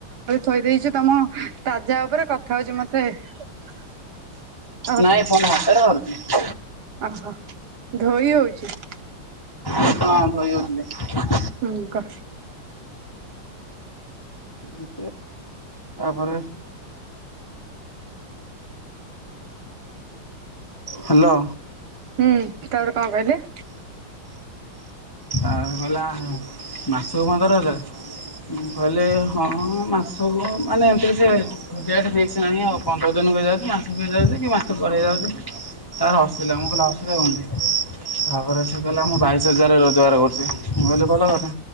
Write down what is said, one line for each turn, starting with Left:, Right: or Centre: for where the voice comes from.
Right: ମ ଥୋଇ ଦେଇେଇଛୁ ତମ ତାଜା ଉପରେ କଥା ହଉଛି ମତେ <inaudible>
Left: ନାଇଁ ଫୋନ <unintelligible>
Right: ଆଚ୍ଛା ଧୋଇ <unintelligible>
Left: ହଁ ଧୋଇ ହୋଉଥିଲି।
Right: ହୁଁ।
Left: <unintelligible> ତାପରେ ହ୍ୟାଲୋ।
Right: ହୁଁ ତାପରେ କଣ କହିଲେ?
Left: ଆ ଗଲା ମାସକୁ ପନ୍ଦର ହଜାର। ଗଲେ ହଁ ମାସକୁ ମାନେ ଠିକ୍ ସେ ଡେଟ୍ ଫିକସ୍ ନାହିଁ ଆଉ। ପନ୍ଦର ଦିନ ହେଇଯାଉଛି କି ମାସେ ହେଇଯାଉଛି କି ମାସ ପରେ ହେଇଯାଉଛି। ତାପରେ ହସିଲା, ମୁଁ କହିଲି ହସୁଛ କଣ ପାଇଁ ତାପରେ ସେ କହିଲା, ମୁଁ ବାଇଶ ହଜାର ରୋଜ ରୋଜଗାର କରୁଛି ମୁଁ କହିଲି ଭଲ କଥା,